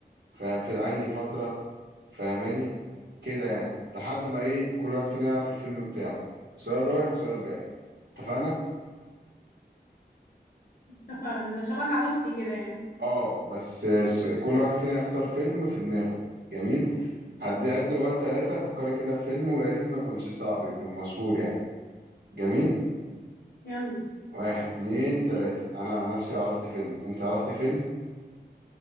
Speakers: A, on the right; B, on the left.
A: ف- في انهي فترة؟ فاهماني كده يعني لحد ما ايه كل واحد فينا يعرف الفيلم بتاعه سؤال رايح وسؤال جاي اتفقنا
B: اتفقنا ده شبه عروستي كده يعني
A: اه بس الس- كل واحد فينا يختار فيلم في دماغه جميل هدي عد لغايه ثلاثة فكري كده في فيلم ويا ريت ما يكونش صعب يكون مشهور يعني جميل
B: يلا
A: واحد اتنين تلاتة انا عن نفسي عرفت فيلم انت عرفت فيلم